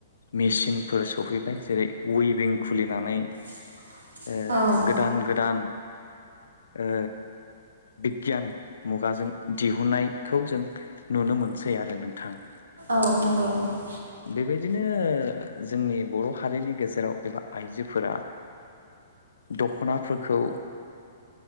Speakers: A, on the left; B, on the right.
A: मेसिनफोर सहैबाय जेरै उइभं खुलिनानै
B: <inaudible>
A: ओ
B: औ
A: गोदान गोदान ओ बिगियान मुगाजों दिहुननाय खौ जों नुनो मोनसै आरो नोंथां।
B: औ नंगौ
A: बेबायदिनो जोंनि बर' हारिनि गेजेराव एबा आइजोफोरा दख'नाफोरखौ